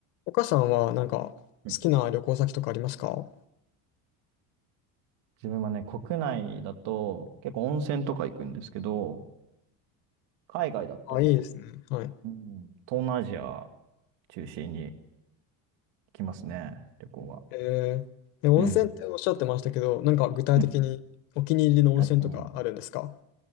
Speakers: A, on the left (about 75°); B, on the right (about 70°).
A: お母さんはなんか好きな旅行先とかありますか
B: うん自分はね、国内だと結構温泉とか行くんですけど、海外だと、
A: あ、いいですね。はい。
B: うん東南アジア中心に行きますね、旅行は。
A: えー、で、温泉っておっしゃってましたけど、
B: うん。
A: なんか具体的にお気に入りの温泉とかあるんですか
B: うん具体的に。